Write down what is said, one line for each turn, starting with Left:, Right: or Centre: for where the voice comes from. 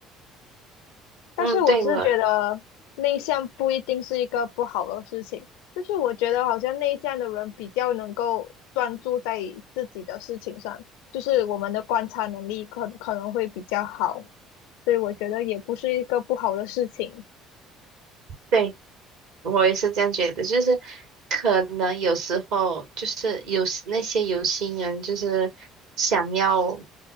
Left: 但是我是觉得内向不一定是一个不好的事情，
Right: 嗯，对，我
Left: 就是我觉得好像内向的人比较能够专注在自己的事情上，就是我们的观察能力可可能会比较好，所以我觉得也不是一个不好的事情。
Right: 对。我也是这样觉得，就是可能有时候就是有那些有心人，就是想要